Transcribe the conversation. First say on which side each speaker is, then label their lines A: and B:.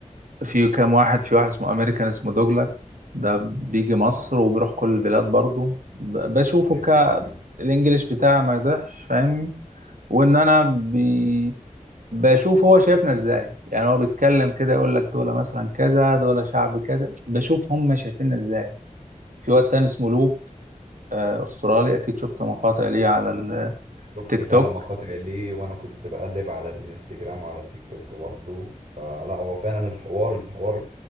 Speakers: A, on the right (about 75°); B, on the right (about 55°).
A: في كام واحد في واحد اسمه امريكان اسمه دوجلاس ده بيجي مصر
B: اه
A: وبيروح كل البلاد برضه ب- بشوفه
B: عارفه
A: ك
B: معايا
A: الانجليش بتاعي ما يضحش فاهمني وان انا بي... بشوف هو شايفنا ازاي يعني هو بيتكلم كده يقول لك دول مثلا كذا دول شعب كذا بشوف هم شايفيننا ازاي في واد تاني اسمه لوك آه، استرالي اكيد شفت مقاطع ليه على
B: شفت
A: التيك
B: فعلا
A: توك
B: مقاطع ليه وانا كنت بقلب على الانستجرام وعلى التيك توك برضه فلا هو فعلا الحوار الحوار